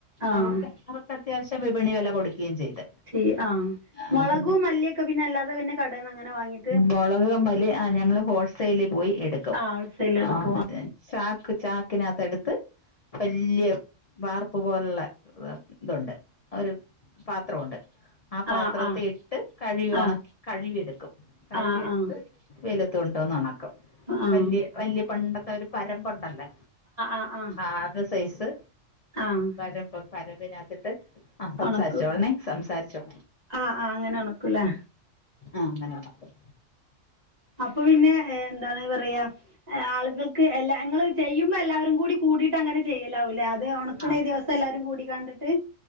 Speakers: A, on the right (about 35°); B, on the left (about 40°).
A: ആഹ്
B: അവർക്ക് അവർക്ക് അത്യാവശ്യം വിപണി വെല കൊടുക്കുകയും ചെയ്ത്.
A: ച്ചി ആ
B: ആ,
A: മുളകും
B: എന്നിട്ട്
A: മല്ലിയൊക്കെ പിന്നെ അല്ലാതെ പിന്നെ കടേന്ന് അങ്ങനെ വാങ്ങി
B: മൊളക് മല്ലി ആ ഞങ്ങള് ഹോൾസെയ്ല് പോയി എടുക്കും
A: ആഹ് ഹോൾസെയിൽ എടുക്കും
B: ആ അതെ ചാക്ക് ചാക്കിനത്തെ എടുത്ത് വല്യ വാർപ്പ് പോലുള്ള ഇതുണ്ട് ഒരു പാത്രുണ്ട് ആ പാത്രത്തെ
A: ആഹ് ആഹ്
B: ഇട്ട് കഴുകി
A: ആഹ്
B: ഉണക്കി കഴുകിയെടുക്കും കഴുകിയെടുത്ത്
A: ആഹ് ആഹ്
B: വെയിലത്ത്‌ കൊണ്ടൊന്ന് ഉണക്കും
A: ആഹ്
B: വല്യ വല്യ പണ്ടത്തെ ഒരു പരപ്പുണ്ടല്ലോ
A: ആഹ് ആഹ് ആഹ്
B: ആ ആത് സൈസ്
A: ആഹ്
B: പരമ്പ് പരമ്പിനകത്തിട്ട് ആ സംസാര്ച്ചോൾണെ
A: ഒണക്കും
B: സംസാര്ച്ചോ
A: ആഹ് ആഹ് അങ്ങനെ ഒണക്കൂല്ലേ
B: ആ അങ്ങനെ ഉണക്കും
A: അപ്പൊ പിന്നെ എ എന്താണ് പറയാ ആളുകൾക്ക് എല്ലാ നിങ്ങൾ ചെയ്യുമ്പോ എല്ലാവരും കൂടി കൂടിയിട്ട് അങ്ങനെ ചെയ്യലാവൂല്ലേ അത് നക്കണ
B: ആ
A: ദിവസം എല്ലാരും കൂടി കണ്ടിട്ട്